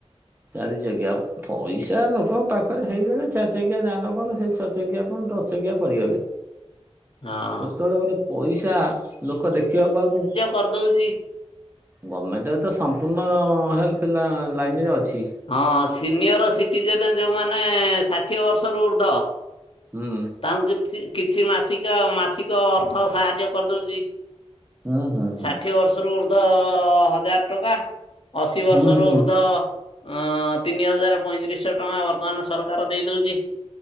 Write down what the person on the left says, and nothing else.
ହଁ
କରିଦଉଚି।
ହଁ ସିନିୟର ସିଟିଜେନ ଯୋଉମାନେ ଷାଠିଏ ବର୍ଷରୁ ଉର୍ଦ୍ଧ।
ତାଙ୍କୁ କିଛି କିଛି ମାସିକା ମାସିକ ଅର୍ଥ ସାହାଯ୍ୟ କରିଦଉଚି।
ଷାଠିଏ ବର୍ଷରୁ ଉର୍ଦ୍ଧ ହଜାର ଟଙ୍କା। ଅଶୀ ବର୍ଷରୁ
ଉର୍ଦ୍ଧ ଅଁ ତିନି ହଜାର ପଇଁତିରିଶିଶହ ଟଙ୍କା ବର୍ତ୍ତମାନ ସରକାର ଦେଇ ଦଉଚି।